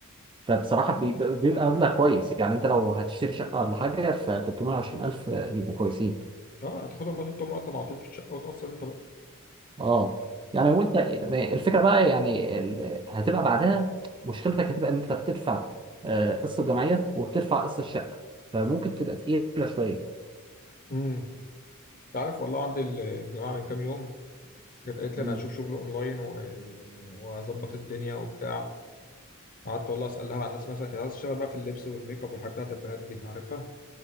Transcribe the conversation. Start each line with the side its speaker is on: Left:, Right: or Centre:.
Right: فبصراحه بيبقى بيبقى مبلغ كويس يعني انت لو هتشتري شقه ولا حاجه ف 320 الف يبقوا كويسين
Left: اه تاخدهم بقى تحطهم مقدم على طول في الشقه وتاثر انت بقى
Right: اه يعني وانت الفكره بقى يعني ال- هتبقى بعدها مشكلتك هتبقى ان انت بتدفع آه، قسط الجمعيه وبتدفع قسط الشقه فممكن تبقى تقيله شويه
Left: امم انت عارف والله عندي الجماعه من كام يوم جت قالت
Right: مم.
Left: لي انا هشوف شغل اونلاين و... واظبط الدنيا وبتاع قعدت والله اسالها عن الناس مثلا كانت عايزه تشتغل بقى في اللبس والميك اب والحاجات بتاعت البنات دي عارفها